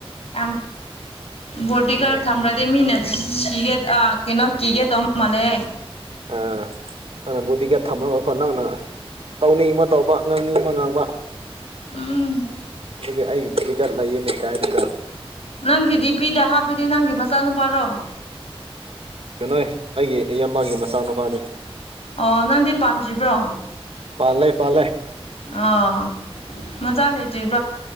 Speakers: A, on the left; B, on the right.
A: ꯌꯥꯝ ꯕꯣꯗꯤꯒꯥꯔꯗ
B: ꯑꯥ
A: ꯊꯝꯕ꯭ꯔꯗꯤ ꯃꯤꯅ ꯀꯤꯒꯦ ꯑꯥ ꯀꯩꯅꯣ ꯀꯤꯒꯦ ꯇꯧ ꯃꯥꯜꯂꯦ
B: ꯑ ꯑꯅ ꯕꯨꯗꯤꯒꯦ ꯊꯝꯔꯒ ꯀꯣ ꯅꯪꯅ ꯇꯧꯅꯤꯡꯕ ꯇꯧꯕ ꯉꯥꯡꯅꯤꯕ ꯉꯥꯡꯕ
A: ꯎꯝ
B: <unintelligible>
A: ꯅꯪꯒꯤꯗꯤ ꯐꯤꯗ ꯍꯥꯞꯄꯗꯤ ꯅꯪꯒꯤ ꯃꯆꯥꯅꯨꯄꯥꯔꯣ
B: ꯀꯩꯅꯣꯏ ꯑꯩꯒꯤ ꯏꯌꯥꯝꯕꯒꯤ ꯃꯆꯥꯅꯨꯄꯥꯅꯤ
A: ꯑꯣ ꯅꯪꯗꯤ ꯄꯥꯟꯗ꯭ꯔꯤꯕ꯭ꯔꯣ
B: ꯄꯥꯜꯂꯦ ꯄꯥꯜꯂꯦ
A: ꯑꯥ ꯃꯆꯥ ꯂꯩꯇ꯭ꯔꯤ